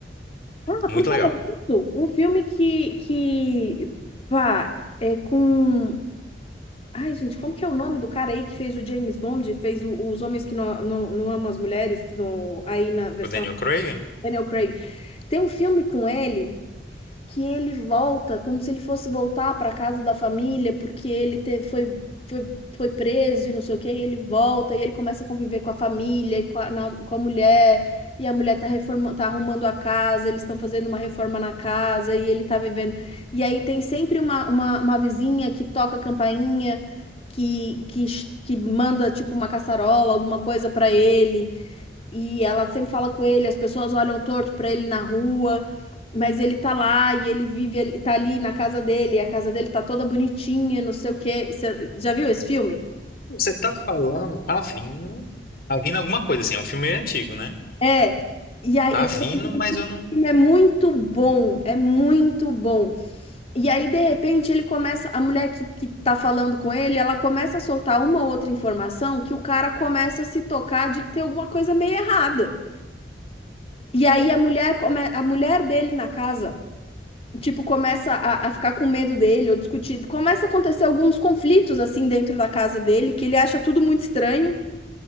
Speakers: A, on the left (about 35°); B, on the left (about 55°).
A: Ah,
B: Muito
A: por falar
B: legal.
A: disso, um filme que, que, pá, é com Ai, gente, como que é o nome do cara aí que fez o James Bond, fez o- os homens que não, não, não amam as mulheres, que não, aí na versão
B: O Daniel Craig,
A: Daniel Craig. Tem um filme com ele que ele volta como se ele fosse voltar para casa da família, porque ele teve, foi, foi, foi preso e não sei o quê, e ele volta e ele começa a conviver com a família e com a, na- com a mulher, e a mulher tá reforma, tá arrumando a casa, eles estão fazendo uma reforma na casa e ele tá vivendo. E aí tem sempre uma, uma, uma vizinha que toca a campainha, que, que, que manda tipo uma caçarola, alguma coisa para ele. E ela sempre fala com ele, as pessoas olham torto pra ele na rua, mas ele tá lá e ele vive, ele tá ali na casa dele, e a casa dele tá toda bonitinha, não sei o quê. Você já viu esse filme?
B: você tá falando, tá vindo, tá vindo alguma coisa assim, é um filme antigo, né?
A: É. E aí
B: Tá
A: eu
B: vindo,
A: queria dizer
B: mas
A: que
B: eu
A: o
B: não
A: filme é muito bom, é muito bom. E aí, de repente, ele começa, a mulher que, que tá falando com ele, ela começa a soltar uma ou outra informação que o cara começa a se tocar de que tem alguma coisa meio errada. E aí a mulher, come- a mulher dele na casa tipo, começa a, a ficar com medo dele ou discutir. Começa a acontecer alguns conflitos, assim, dentro da casa dele, que ele acha tudo muito estranho.